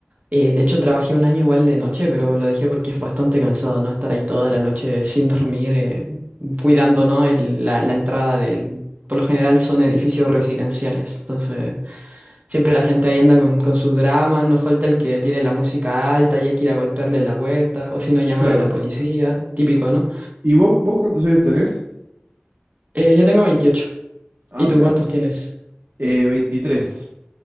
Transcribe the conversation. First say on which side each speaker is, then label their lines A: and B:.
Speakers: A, on the right (about 40°); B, on the right (about 60°).
A: Eh, de hecho, trabajé un año igual de noche, pero lo dejé porque es bastante cansado, ¿no? Estar ahí toda la noche sin dormir, eh, cuidando, ¿no? el- la, la entrada del... Por lo general son edificios residenciales, entonces... Siempre la gente ahí anda con, con sus dramas, no falta el que tiene la música alta y hay que ir a golpearle la puerta, o si no, llamar
B: Claro.
A: a la policía, típico, ¿no?
B: ¿Y vos, vos cuántos años tenés?
A: Eh, yo tengo veintiocho
B: Ah,
A: ¿Y tú
B: mirá.
A: cuántos tienes?
B: Eh, 23.